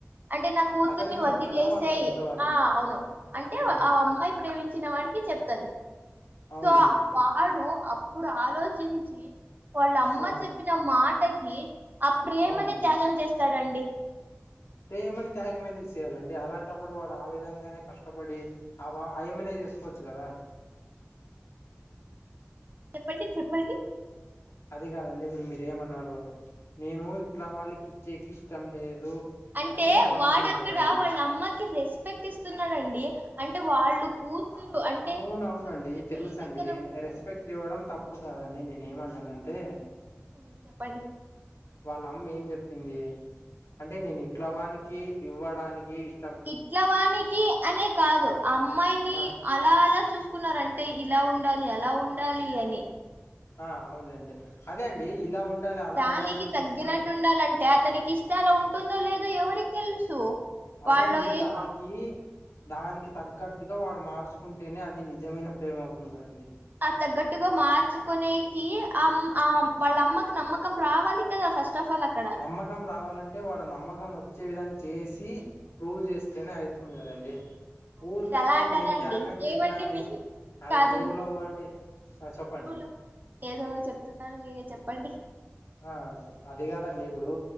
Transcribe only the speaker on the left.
అతనికి చెప్తారా
వాళ్ళ ఇంట్లో వాళ్ళు
ఉమ్
అవునులేండి
ఆ
అవునులేండి
ప్రేమని త్యాగం ఎందుకు చేయ్యాలండి. అలాంటప్పుడు వాడు, ఆ విధంగానే కష్టపడి ఆ బ ఆయమ్మినే చేసుకోవచ్చు కదా.
అది కాదండి. ఇప్పుడు మీరేమన్నారు నేను ఇట్లా వాళ్ళకి ఇచ్చేకి ఇష్టం లేదు
అని వాళ్ళ అమ్మనింది
కదండి
ఆ
అవున అవునండి.
తెలుస
అండి,
రెస్పెక్ట్ ఇవ్వడం తప్పు కాదండి. నేనే ఏమంటానంట్. టే
వాళ్ళ అమ్మ ఏం చెప్పింది. అంటే నేను ఇట్ల వానికి ఇవ్వడానికి. ఇష్
ఆ
ఆ అవునులేండి అదే అండి ఇలా ఉండాలి అలా
ఉండాలని చూసుకు
అదే
అండి దానికి
దానికి తగ్గట్టుగా వాడు మార్చుకుంటేనే అది నిజమైన ప్రేమ అవుతుంది కదాండి
నమ్మకం రావాలంటే వాడు నమ్మకం వచ్చే విధంగా చేసి ప్రూవ్ చేస్తేనే అవుతుంది కదండి ఊరికనే
నేను
త్యాగం చేసిన
నేను
అది
ట్రూ లవ్ అంటే ఆ చెప్పండి
ఆ అంత అది కాదండి ఇప్పుడు